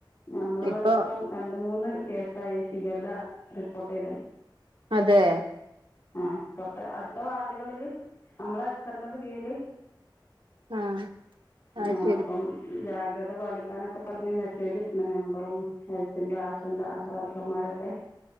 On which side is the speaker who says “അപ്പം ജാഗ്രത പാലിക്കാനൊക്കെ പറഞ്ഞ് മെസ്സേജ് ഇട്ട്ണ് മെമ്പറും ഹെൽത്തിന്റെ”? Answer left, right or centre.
Left